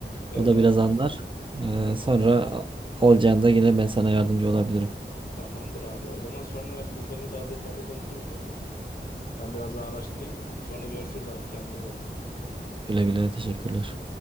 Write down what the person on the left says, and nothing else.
Evet
abi.
Aha.
Tamamdır abi. O zaman sonra bu konuyu daha detaylı konuşuruz seninle. Ben biraz daha araştırayım. Sonra görüşürüz abi. Kendine iyi bak.